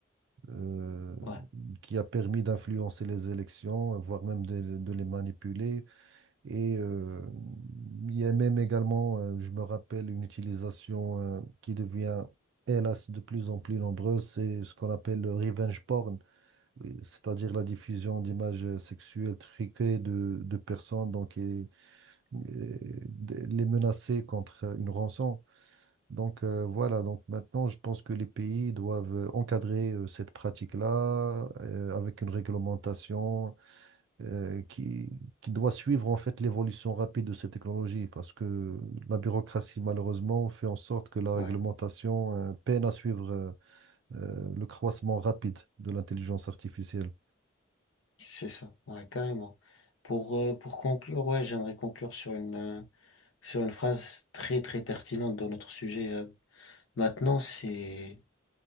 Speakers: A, on the right (about 60°); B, on the left (about 85°).
A: euh,
B: ouais,
A: qui a permis d'influencer les élections, voire même de, de les manipuler. Et euh, il y a même également, euh, je me rappelle, une utilisation euh, qui devient, hélas, de plus en plus nombreuse, c'est ce qu'on appelle le revenge porn, oui, c'est-à-dire la diffusion d'images sexuelles truquées de, de personnes donc, et, et de- les menacer contre euh, une rançon. Donc euh, voilà, donc maintenant, je pense que les pays doivent euh, encadrer euh, cette pratique-là euh, avec une réglementation euh, qui, qui doit suivre en fait l'évolution rapide de ces technologies parce que la bureaucratie malheureusement fait en sorte que la
B: ouais,
A: réglementation euh, peine à suivre euh, euh, le croissement rapide de l'intelligence artificielle.
B: c'est ça. Ouais, carrément. Pour, euh, pour conclure, ouais, j'aimerais conclure sur une, euh, sur une phrase très, très pertinente dans notre sujet. euh. maintenant, c'est